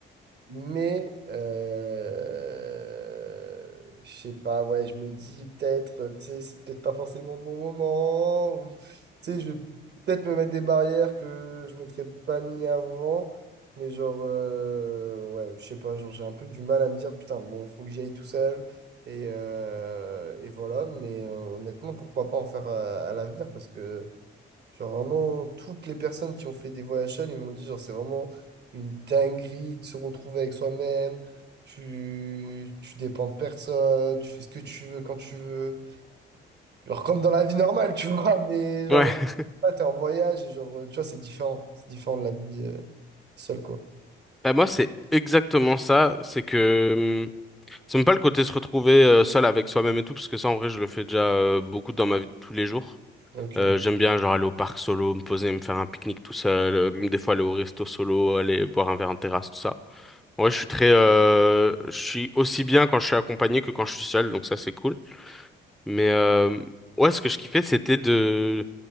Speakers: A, on the right; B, in the centre.
A: Mais euh, je sais pas, ouais, je me dis peut-être, euh, tu sais, c'est peut-être pas forcément le bon moment. ou, tu sais, je vais peut-être me mettre des barrières que je m'étais pas mis avant. Mais genre, euh, ouais, je sais pas, genre, j'ai un peu du mal à me dire, putain, bon, faut que j'y aille tout seul. Et, euh, et voilà, mais euh, honnêtement, pourquoi pas en faire à, à l'avenir parce que. Genre vraiment, toutes les personnes qui ont fait des voyages seules, ils m'ont dit, genre, c'est vraiment une dinguerie de se retrouver avec soi-même. Tu, tu dépends de personne, tu fais ce que tu veux quand tu veux. Genre comme dans la vie normale, <laughs> tu vois, mais genre,
B: Ouais.
A: là, t'es en voyage et genre, euh, tu vois, c'est différent. C'est différent de la vie euh, seule, quoi.
B: Bah, moi, c'est exactement ça. C'est que hum, c'est même pas le côté se retrouver euh, seul avec soi-même et tout, parce que ça, en vrai, je le fais déjà euh, beaucoup dans ma vie de tous les jours.
A: Ok,
B: Euh, j'aime bien genre aller au parc solo, me poser, me faire un pique-nique tout seul, euh, même des fois aller au resto solo, aller boire un verre en terrasse, tout ça. Ouais, je suis très, euh, je suis aussi bien quand je suis accompagné que quand je suis seul, donc ça c'est cool. Mais euh, ouais, ce que je kiffais, c'était de